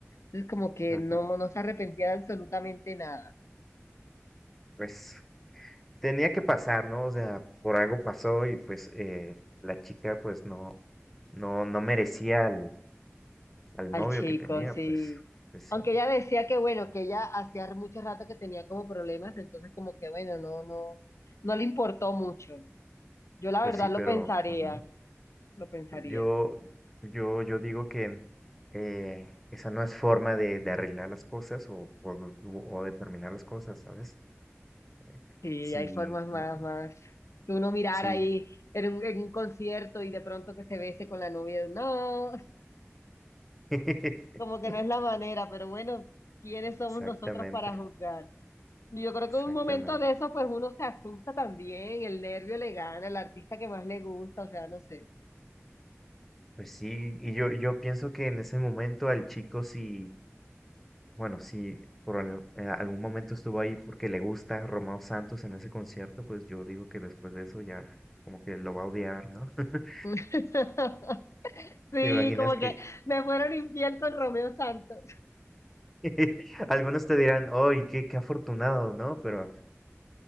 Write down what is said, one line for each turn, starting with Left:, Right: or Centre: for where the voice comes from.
Left: Entonces como que
Centre: Ajá.
Left: no, no se arrepentía de absolutamente nada.
Centre: Pues tenía que pasar, ¿no? O sea, por algo pasó y pues eh, la chica pues no, no, no merecía al, al
Left: Al
Centre: novio
Left: chico,
Centre: que tenía,
Left: sí.
Centre: pues, pues
Left: Aunque
Centre: sí,
Left: ella decía que bueno, que ella hacía mucho rato que tenía como problemas, entonces como que bueno, no, no, no le importó mucho. Yo la
Centre: pues
Left: verdad
Centre: sí, pero,
Left: lo pensaría,
Centre: ajá.
Left: lo pensaría.
Centre: Yo, yo, yo digo que eh, esa no es forma de, de arreglar las cosas o, o, de o de terminar las cosas, ¿sabes? Eh,
Left: Sí,
Centre: sí,
Left: hay formas más,
Centre: eh,
Left: más. Que uno mirar
Centre: sí.
Left: ahí en un, en un concierto y de pronto que se bese con la novia. No,
Centre: <laughs>
Left: <laughs> como que no es la manera, pero bueno, ¿quiénes somos
Centre: Exactamente,
Left: nosotros para juzgar? Y Yo creo
Centre: exactamente.
Left: que en un momento de eso, pues uno se asusta también, el nervio le gana, el artista que más le gusta, o sea, no sé.
Centre: Pues sí, y yo, yo pienso que en ese momento al chico sí, bueno, si por al- en algún momento estuvo ahí porque le gusta Romeo Santos en ese concierto, pues yo digo que después de eso ya como que lo va a odiar, ¿no? <laughs>
Left: <laughs> Sí,
Centre: ¿Te imaginas
Left: como
Centre: que...
Left: que me fueron infiel con Romeo Santos.
Centre: <laughs> Algunos te dirán, ¡ay, qué, qué afortunado, ¿no? Pero